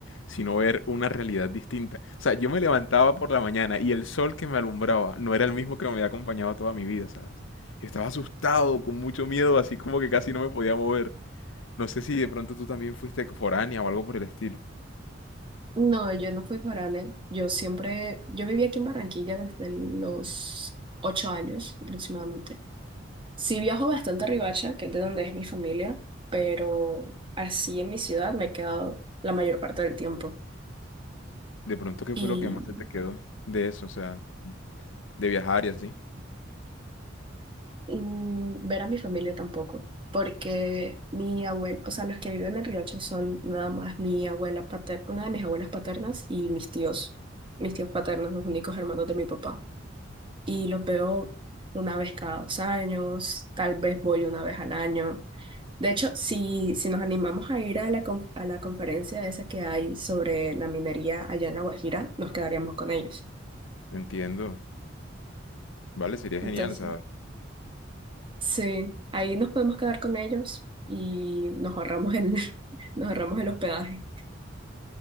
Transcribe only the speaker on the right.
No, yo no fui foránea. Yo siempre, yo viví aquí en Barranquilla desde los ocho años aproximadamente. Sí viajo bastante a Riohacha, que es de donde es mi familia, pero así en mi ciudad me he quedado la mayor parte del tiempo.
Y
mm, ver a mi familia tampoco, porque mi abuela, o sea, los que viven en Riohacha son nada más mi abuela paterna, una de mis abuelas paternas y mis tíos, mis tíos paternos, los únicos hermanos de mi papá. y los veo una vez cada dos años, tal vez voy una vez al año. De hecho, si, si nos animamos a ir a la, conf- a la conferencia esa que hay sobre la minería allá en La Guajira, nos quedaríamos con ellos.
Entonces,
sí, ahí nos podemos quedar con ellos y nos ahorramos el, <laughs> nos ahorramos el hospedaje.